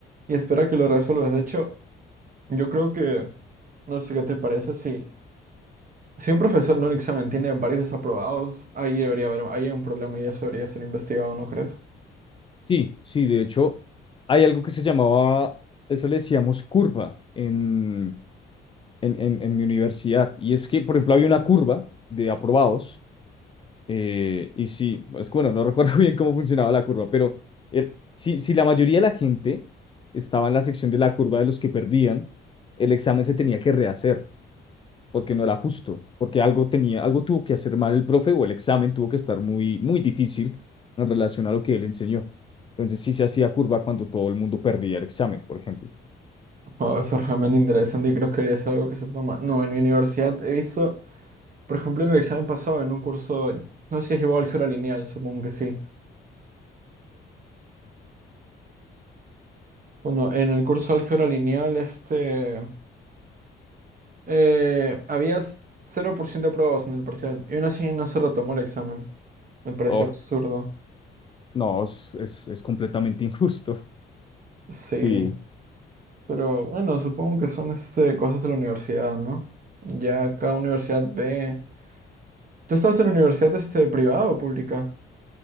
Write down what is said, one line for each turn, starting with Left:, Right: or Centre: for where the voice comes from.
Right: y espera que lo resuelvas. De hecho, Yo creo que, no sé qué te parece, si, si un profesor en un examen tiene varios desaprobados, ahí debería haber, ahí hay un problema y eso debería ser investigado, ¿no crees?
Left: Sí, sí, de hecho, hay algo que se llamaba, eso le decíamos curva en, en, en, en mi universidad, y es que, por ejemplo, había una curva de aprobados Eh, y sí, es que bueno, no recuerdo <laughs> bien cómo funcionaba la curva, pero er- si, si la mayoría de la gente estaba en la sección de la curva de los que perdían, el examen se tenía que rehacer porque no era justo, porque algo tenía, algo tuvo que hacer mal el profe o el examen tuvo que estar muy, muy difícil en relación a lo que él enseñó. Entonces sí se hacía curva cuando todo el mundo perdía el examen, por ejemplo.
Right: Wao, eso es realmente interesante y creo que debería ser algo que se toma. No, en mi universidad he visto, por ejemplo, en el examen pasado, en un curso, no sé si es igual álgebra lineal, supongo que sí. Bueno, en el curso de álgebra lineal, este, eh, había 0% de aprobados en el parcial y aún así no se retomó el examen. Me pareció
Left: Oh,
Right: absurdo.
Left: no, es, es, es completamente <laughs> injusto.
Right: Sí.
Left: Sí.
Right: Pero bueno, supongo que son este, cosas de la universidad, ¿no? Ya cada universidad ve. ¿Tú estás en universidad este, privada o pública?